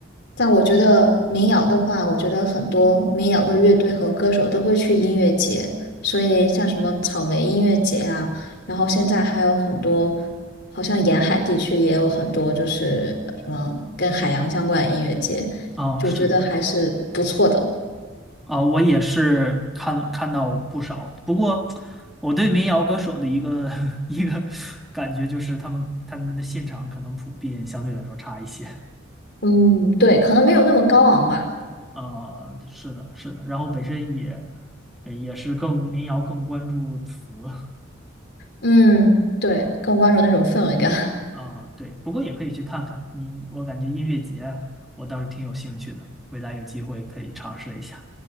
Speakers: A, on the left; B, in the centre.
A: 但我觉得民谣的话，我觉得很多民谣的乐队和歌手都会去音乐节，所以像什么草莓音乐节啊，然后现在还有很多，好像沿海地区也有很多，就是什么跟海洋相关的音乐节，
B: 啊，
A: 就觉得还是不错的。
B: 是的啊，我也是看看到不少。不过我对民谣歌手的一个 <laughs> 一个感觉就是他们他们的现场可能普遍相对来说差一些
A: 嗯，对，可能没有那么高昂吧。
B: 啊。是的，是的。然后本身也呃也是更民谣更关注词。<laughs>
A: 嗯，对，更关注那种氛围感。
B: 啊，对，不过也可以去看看你，我感觉音乐节我倒是挺有兴趣的，未来有机会可以尝试一下。